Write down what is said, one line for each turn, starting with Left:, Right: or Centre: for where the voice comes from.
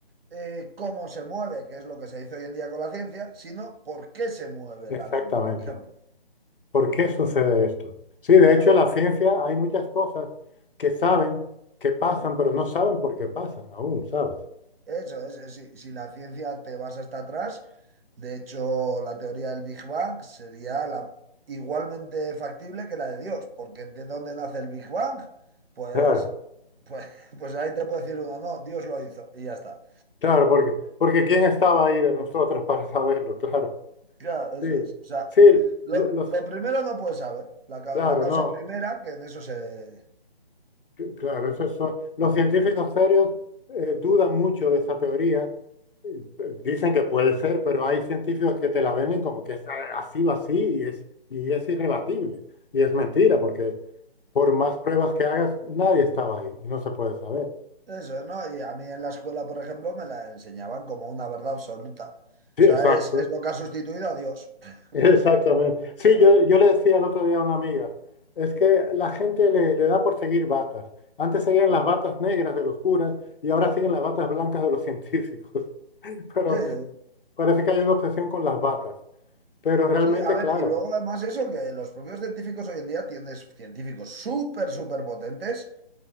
Right: eh, cómo se mueve, que es lo que se dice hoy en día con la ciencia, sino por qué se mueve
Left: Exactamente.
Right: la luna, por ejemplo.
Left: ¿Por qué sucede esto? Sí, de
Right: Claro.
Left: hecho, la ciencia hay muchas cosas que saben que pasan,
Right: Hmm.
Left: pero no saben por qué pasan aún, ¿sabes?
Right: Eso es, es- si, si la ciencia te vas hasta atrás, de hecho, la teoría del Big Bang sería la, igualmente factible que la de Dios, porque ¿de dónde nace el Big Bang? Pues,
Left: Claro,
Right: pues, <laughs> pues ahí te puede decir uno, no, Dios lo hizo y ya está.
Left: claro, porque, porque ¿quién estaba ahí de nosotros <laughs> para saberlo? Claro.
Right: Claro, eso
Left: Sí,
Right: es. O sea,
Left: sí,
Right: lo,
Left: lo- los,
Right: lo primero no puedes saber, la, ca-
Left: claro,
Right: la causa
Left: no,
Right: primera, que en eso se,
Left: c- claro, eso es, so- los científicos serios eh, dudan mucho de esa teoría. eh, eh, Dicen que puede ser, pero hay científicos que te la venden como que es eh, así o así y es, y es irrebatible. Y es mentira, porque Por más pruebas que hagas, nadie estaba ahí y no se puede saber.
Right: Eso, ¿no? Y a mí en la escuela, por ejemplo, me la enseñaban como una verdad absoluta.
Left: Sí,
Right: O sea,
Left: exacto.
Right: es, es lo
Left: <laughs>
Right: que ha sustituido a Dios. <laughs>
Left: Exactamente. Sí,
Right: Claro.
Left: yo, yo le decía el otro día a una amiga, es que la gente le, le da por seguir batas. Antes seguían
Right: Sí,
Left: las batas negras de los curas y ahora siguen las batas blancas de los científicos. <laughs> Pero
Right: sí,
Left: parece que hay una obsesión con las batas. Pero realmente,
Right: Sí, a ver,
Left: claro,
Right: y luego además eso, que los propios científicos hoy en día tienes científicos súper, súper potentes